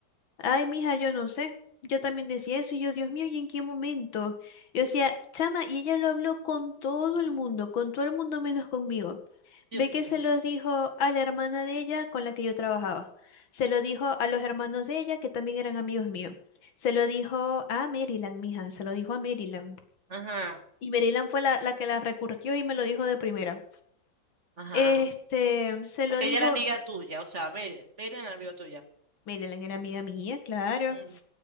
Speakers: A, on the left; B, on the right.
A: Ay, mija, yo no sé. Yo también decía eso y yo, Dios mío, ¿y en qué momento? Yo decía, chama, y ella lo habló con todo el mundo, con todo el mundo menos conmigo.
B: Dios
A: Ve que
B: mío.
A: se lo dijo a la hermana de ella con la que yo trabajaba. Se lo dijo a los hermanos de ella que también eran amigos míos. Se lo dijo a Maryland, mija, se lo dijo a Maryland.
B: Ajá,
A: Y Maryland fue la, la que la recurrió y me lo dijo de primera.
B: ajá.
A: Este, se
B: Porque
A: lo dijo
B: ella era amiga tuya, o sea, Meren, Meren era amiga tuya.
A: Maryland era amiga mía, claro.
B: Mm,